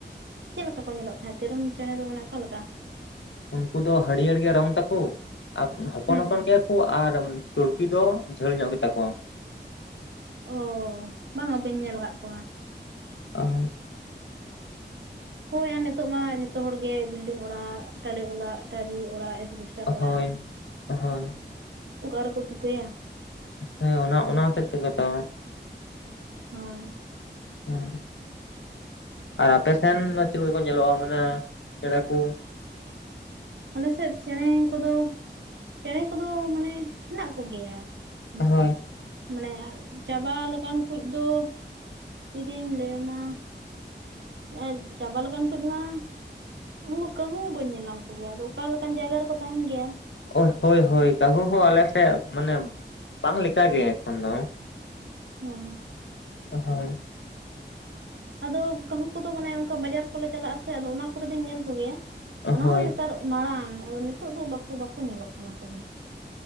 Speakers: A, on the right; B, on the left.
A: ᱪᱮᱜ ᱞᱮᱠᱟ ᱠᱚ ᱧᱮᱞᱚᱜ ᱛᱟᱦᱮᱸᱫ ᱛᱤᱨᱚᱢ ᱪᱮᱸᱬᱮ ᱫᱚ ᱢᱟᱱᱮ ᱚᱠᱟᱞᱮᱠᱟ?
B: ᱩᱱᱠᱩ ᱫᱚ ᱦᱟᱹᱨᱭᱟᱹᱲ ᱜᱮ ᱨᱚᱝ ᱛᱟᱠᱚ ᱟᱨ ᱦᱚᱯᱚᱱ
A: ᱦᱩᱸ
B: ᱦᱚᱯᱚᱱ ᱜᱮ ᱠᱩ ᱟᱨ ᱪᱩᱲᱯᱤ ᱫᱚ ᱡᱷᱟᱹᱞ ᱧᱚᱜ ᱜᱮᱛᱟ ᱠᱚ ᱾
A: ᱚᱸ ᱵᱟᱝ-ᱟ ᱵᱟᱹᱧ ᱧᱮᱞ ᱠᱟᱜ ᱠᱚᱣᱟ ᱾
B: ᱚᱸ
A: ᱦᱳᱭ ᱟᱨ ᱱᱤᱛᱚᱜ ᱢᱟ ᱡᱷᱚᱛᱚ ᱦᱚᱲ ᱜᱮ ᱵᱤᱞᱰᱤᱝ ᱚᱲᱟᱜ ᱴᱟᱞᱮ ᱚᱞᱟᱜ ᱴᱟᱹᱨᱤ ᱚᱲᱟᱜ ᱮᱥᱵᱮᱥ ᱛᱟᱨ ᱚᱲᱟᱜ
B: ᱦᱳᱭ ᱦᱳᱭ
A: ᱚᱠᱟ ᱨᱮᱠᱚ ᱛᱩᱠᱟᱹᱭᱟ?
B: ᱦᱮᱸ ᱚᱱᱟ ᱚᱱᱟ ᱦᱚᱛᱮᱫ ᱛᱮᱜᱮ ᱛᱚ ᱾
A: ᱦᱳᱭ,
B: ᱦᱩᱸ ᱟᱨ ᱟᱯᱮ ᱥᱮᱱ ᱫᱚ ᱪᱤᱞ ᱞᱮᱠᱟ ᱠᱚ ᱧᱮᱞᱚᱜᱼᱟ ᱢᱟᱱᱮ ᱪᱮᱬᱮ ᱠᱩ?
A: ᱟᱞᱮ ᱥᱮᱫ ᱪᱮᱬᱮ ᱠᱚᱫᱚ ᱪᱮᱬᱮ ᱠᱚᱫᱚ ᱢᱟᱱᱮ ᱦᱮᱱᱟᱜ ᱠᱚᱜᱮᱭᱟ ᱾ ᱦᱮᱱᱟᱜ
B: ᱦᱳᱭ᱾
A: ᱫᱚ ᱾ ᱢᱟᱱᱮ ᱪᱟᱵᱟ ᱞᱮᱠᱟᱱ ᱠᱩᱡ ᱫᱚ ᱪᱮᱫᱤᱧ ᱞᱟᱹᱭ ᱟᱢᱟ ᱟᱡ ᱪᱟᱵᱟ ᱞᱮᱠᱟᱱ ᱠᱩᱡᱢᱟ ᱩᱱᱩᱜ ᱠᱟᱹᱦᱩ ᱵᱟᱹᱧ ᱧᱮᱞᱟᱢ ᱠᱚᱜᱮᱭᱟ ᱟᱫᱚ ᱚᱠᱟ ᱞᱮᱠᱟᱱ ᱡᱟᱭᱜᱟ ᱨᱮᱠᱚ ᱛᱟᱦᱮᱱ ᱜᱮᱭᱟ᱾
B: ᱳᱦ ᱦᱳᱭ ᱦᱳᱭ ᱠᱟᱹᱦᱩ ᱦᱚᱸ ᱟᱞᱮ ᱥᱮᱜ ᱢᱟᱱᱮ ᱵᱟᱝ ᱞᱮᱠᱟ ᱜᱮ ᱮᱠᱷᱚᱱ ᱫᱚ᱾
A: ᱦᱚᱭ,
B: ᱚ ᱦᱚᱭ,
A: ᱟᱫᱚ ᱠᱟᱹᱦᱩ ᱠᱚᱫᱚ ᱢᱟᱱᱮ ᱚᱱᱠᱟ ᱵᱟᱡᱟᱨ ᱠᱚᱞᱮ ᱪᱟᱞᱟᱜ ᱟᱥᱮ ᱟᱫᱚ ᱚᱱᱟ ᱠᱚᱨᱮ ᱫᱩᱧ ᱧᱮᱞ ᱠᱚ ᱜᱮᱭᱟ ᱚᱱᱟᱦᱚᱸ
B: ᱦᱳᱭ
A: ᱱᱮᱛᱟᱨ ᱢᱟᱲᱟᱝ ᱟᱫᱚ ᱱᱮᱛᱚᱜ ᱫᱚ ᱵᱟᱠᱩ ᱵᱟᱠᱚ ᱧᱮᱞᱚᱜ ᱠᱟᱱᱟ ᱠᱟᱹᱦᱩ ᱾